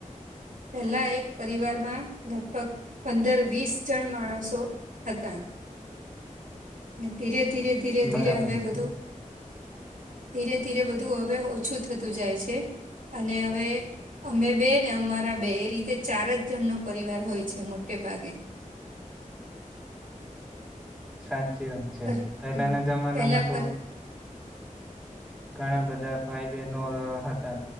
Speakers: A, on the right; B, in the centre.
A: પહેલા એક પરિવારમાં લગભગ પંદર વીસ જણ માણસો હતા. અને ધીરે ધીરે ધીરે
B: બરાબર
A: ધીરે હવે
B: છે
A: બધું. ધીરે ધીરે બધું હવે ઓછું થતું જાય છે અને હવે અમે બેને અમારા બેએ રીતે ચારજ જણનો પરિવાર હોય છે મોટે ભાગે.
B: સાચી વાત છે
A: પરી
B: પહેલાના
A: હમ
B: જમાનામાં
A: પહેલા
B: તો
A: પર
B: ઘણા બધા ભાઈ બહેનો હ હતા